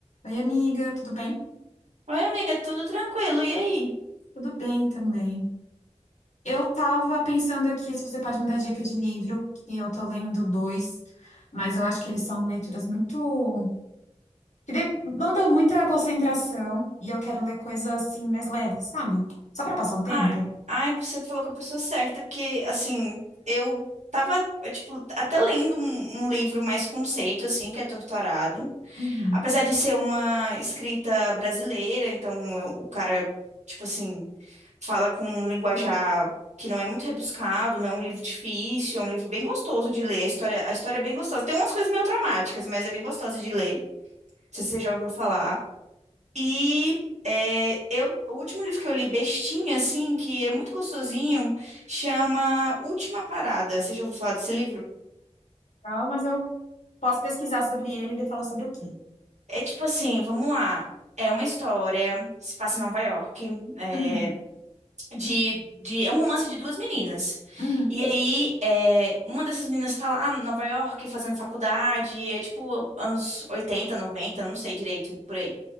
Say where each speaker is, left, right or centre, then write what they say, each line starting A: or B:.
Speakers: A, on the left; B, on the right.
A: Oi, amiga, tudo bem?
B: Oi, amiga, tudo tranquilo, e aí?
A: Tudo bem também. Eu tava pensando aqui se você pode me dar dica de livro, que eu tô lendo dois, mas eu acho que eles são leituras muito... que demandam muita concentração e eu quero ler coisas assim mais leves, sabe? Só pra passar o tempo.
B: Ai, ai, você falou com a pessoa certa, porque, assim, eu tava, eh, tipo, até lendo um, um livro mais conceito, assim, que é Torturado.
A: Uhum.
B: Apesar de ser uma escrita brasileira, então é- o cara, tipo assim, fala com um linguajar que não é muito rebuscado, não é um livro difícil, é um livro bem gostoso de ler, a história, a história é bem gostosa. Tem umas coisas meio traumáticas, mas é bem gostosa de ler. Não sei se você já ouviu falar. E é, eu, o último livro que eu li, bestinha, assim, que é muito gostosinho, chama Última Parada. Você já ouviu falar desse livro?
A: Então, mas eu posso pesquisar sobre ele e ele fala sobre o quê?
B: É tipo assim, vamos lá. É uma história, se passa em Nova York, é,
A: Uhum,
B: de, de, é um romance de duas meninas.
A: uhum,
B: E aí, é, uma dessas meninas tá lá em Nova York fazendo faculdade, é tipo anos 80 noventa não sei direito por aí.